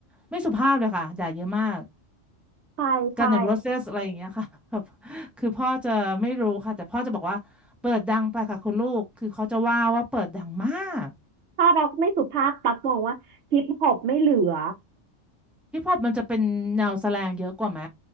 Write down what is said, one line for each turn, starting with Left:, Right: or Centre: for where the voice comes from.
Centre: ไม่สุภาพเลยค่ะด่าเยอะมาก
Right: ใช่ใช่
Centre: กันอย่างโรเซสอะไรอย่างเงี้ยค่ะแบบคือพ่อจะไม่รู้ค่ะแต่พ่อจะบอกว่าเปิดดังไปค่ะคุณลูกคือเขาจะว่าว่าเปิดดังมาก
Right: ถ้าร็อกไม่สุภาพตักมองว่าฮิปฮอปไม่เหลือ
Centre: ฮิปฮอปมันจะเป็นแนวแสแลงเยอะกว่าไหม